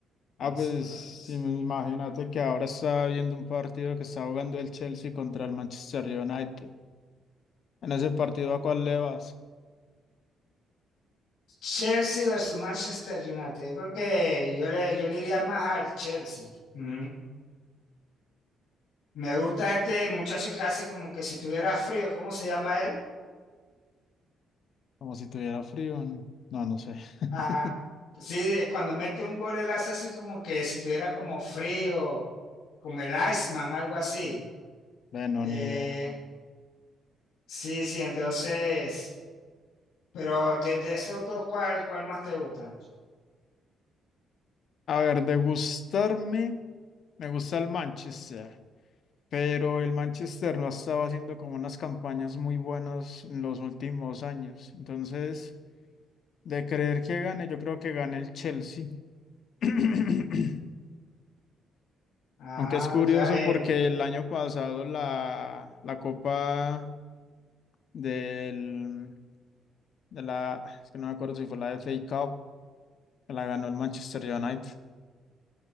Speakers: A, on the left; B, on the left.
A: No
B: Ah,
A: sé
B: pues
A: cuál
B: sí,
A: es.
B: imagínate que ahora estaba viendo un partido que está jugando el Chelsea contra el Manchester United. En ese partido, ¿a cuál le vas?
A: Chelsea versus Manchester United. Yo creo que yo le, yo le iría más al Chelsea. Ujú. Me gusta este muchacho que hace como que si tuviera frío. ¿Cómo se llama él?
B: Como si tuviera frío. n- No, no sé. <laughs>
A: Ajá. Sí, de- cuando mete un gol, él hace así como que si tuviera como frío, como el Iceman, algo así.
B: Bueno,
A: Eh,
B: ni idea.
A: sí, sí, entonces, pero de, de esos dos, ¿cuál, cuál más te gusta?
B: A ver, de gustarme, me gusta el Manchester, pero el Manchester no ha estado haciendo como unas campañas muy buenas en los últimos años. Entonces, de creer que gane, yo creo que gane el Chelsea. <clears throat>
A: Ah,
B: Aunque es curioso
A: ya él.
B: porque el año pasado la, la Copa del, de la, es que no me acuerdo si fue la FA Cup, que la ganó el Manchester United,